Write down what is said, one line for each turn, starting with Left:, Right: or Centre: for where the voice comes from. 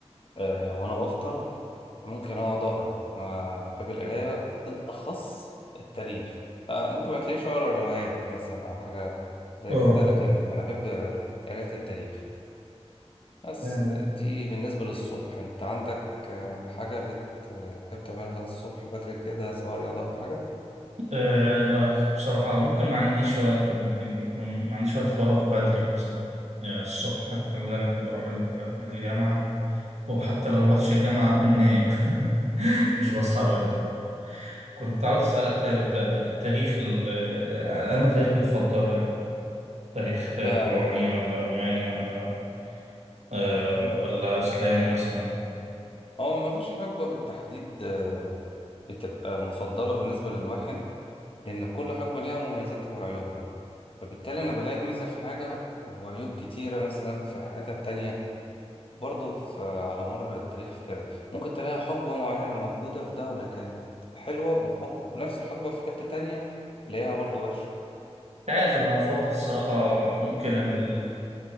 Left: آه، وانا بفطر ممكن اقعد اقرا انا بحب القرايه بالاخص التاريخ آه، ممكن ما تلاقيش اقرا روايات مثلا او حاجه زي
Right: اه
Left: كده لكن انا احب قرايه التاريخ بس
Right: تمام.
Left: دي بالنسبه للصبح انت عندك آه، حاجه بت- آه، بتحب تعملها الصبح بدري كده سواء رياضه او حاجه
Right: أه لا بصراحة ممكن ما عنديش وقت ممكن بيكون ما عنديش وقت فراغ بدري مثلا أه الصبح أنا في الغالب بروح ال- الجامعة وحتى لو ما رحتش الجامعة أكون نايم <laughs>
Left: <laughs>
Right: مش بصحى بدري كنت
Left: مم.
Right: عاوز أسألك طيب الت- التاريخ ال- أنا تاريخ بتفضله يعني تاريخ
Left: آه،
Right: فرعوني ولا روماني ولا آه،
Left: م-
Right: ولا إسلامي مثلا مش
Left: هو ما فيش حقبة بالتحديد آه، بتبقى مفضلة بالنسبة للواحد لأن كل حقبة ليها مميزاتها وعيوبها فبالتالي أنا بلاقي ميزة في حاجة وعيوب كتيرة مثلا في حتة تانية برضه في على مر التاريخ كده ممكن تلاقي حقبة معينة موجودة في دولة كانت حلوة وحقبة ونفس الحقبة في حتة تانية تلاقيها برضه وحشة
Right: عارف أنا أفضل الصراحة ممكن ال...